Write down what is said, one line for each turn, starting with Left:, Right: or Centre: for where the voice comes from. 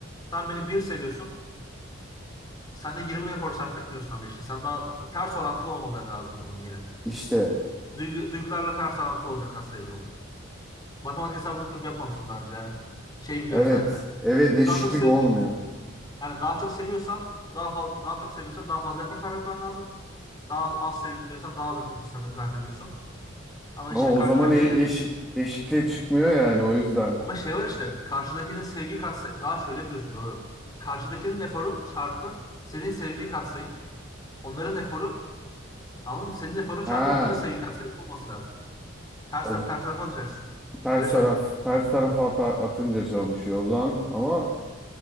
Left: Sen beni bir seviyorsun. Sen de 20 efor sarf etmiyorsun ama işte. Sen daha ters orantılı olmaları lazım bunun yine.
Centre: İşte
Left: Duygu- duygularla ters orantılı olacak hastaya durumu. Matematik hesabını oturup yapmamıştım daha önce. Yani şey biliyorum
Centre: evet
Left: sadece.
Centre: evet eşitlik
Left: Daha çok sev
Centre: olmuyor.
Left: yani daha çok seviyorsan daha fazla daha çok seviyorsan daha fazla efor sarf etmen lazım. Daha az, az seviyorsan daha az efor sarf sarf ediyorsun. Ama
Centre: Ama
Left: işte karşıdakinin
Centre: o zaman e- eşit eşitliğe çıkmıyor yani o yüzden.
Left: ama şey var işte karşıdakinin sevgi katsayı Aa şöyle yapıyorsun doğru. Karşıdakinin eforu çarpı senin sevgi katsayın. Onların eforu Anladın mı? Senin eforun çarpı
Centre: Ha
Left: onların sevgi katsayısı olması lazım. Ters
Centre: o
Left: tarafı
Centre: z-
Left: ters tarafa atacaksın.
Centre: ters
Left: Öyle çalışıyor.
Centre: taraf ters tarafa ata- atınca çalışıyor o zaman ama